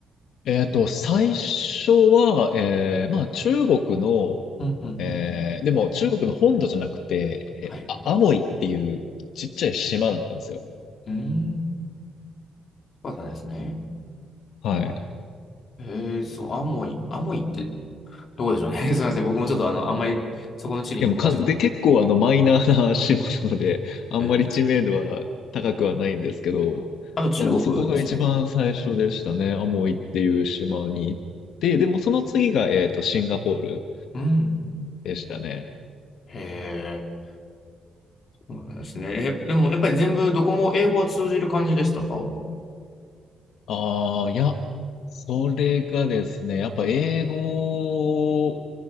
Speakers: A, on the left (about 80°); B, on the left (about 50°).
A: えっと、最初は、えー、まあ、中国の、
B: うんうん。
A: えー、でも中国の本土じゃなくて、
B: はい。
A: えー、あ、アモイっていうちっちゃい島だったんですよ。
B: うん、そうだったんですね。
A: はい。
B: えー、そう、アモイ、アモイってどこでしょうね。<laughs> すみません。僕もちょっとあの、あんまりそこの地理に詳しくなくて。
A: でもかん、で、結構あの、マイナーな <laughs> 島なので、あんまり知名度は高くはないんですけど、
B: えー、あと中国ですね。
A: まあ、もうそこが一番最初でしたね。アモイっていう島に行って、でもその次が、えっと、シンガポール
B: うん。
A: でしたね。
B: へえ。そうなんですね。え、でもやっぱり全部どこも英語は通じる感じでしたか
A: ああ、いや、それがですね、やっぱ英語